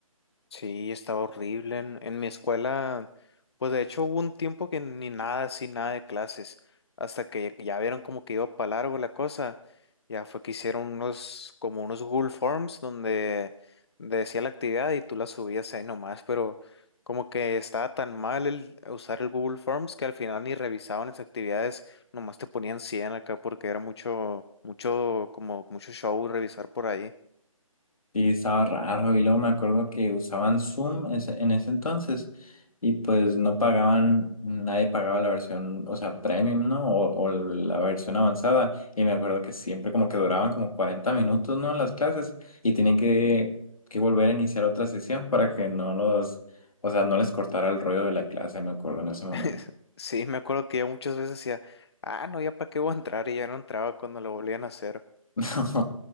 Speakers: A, on the left; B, on the left.
A: Sí, estaba horrible. En, en mi escuela, pues de hecho hubo un tiempo que ni nada, así nada de clases, hasta que ya vieron como que iba para largo la cosa. Ya fue que hicieron unos, como unos Google Forms donde decía la actividad y tú la subías ahí nomás, pero como que estaba tan mal el usar el Google Forms que al final ni revisaban las actividades, nomás te ponían 100 acá porque era mucho, mucho, como mucho show revisar por ahí.
B: Sí, estaba raro y luego me acuerdo que usaban Zoom ese- en ese entonces y pues no pagaban, nadie pagaba la versión, o sea, premium, ¿no? O, o la versión avanzada y me acuerdo que siempre como que duraban como 40 minutos, ¿no? Las clases y tenían que, que volver a iniciar otra sesión para que no los, o sea, no les cortara el rollo de la clase, me acuerdo en ese momento.
A: <laughs> Sí, me acuerdo que ya muchas veces decía, ah, no, ya para qué voy a entrar y ya no entraba cuando lo volvían a hacer.
B: <laughs>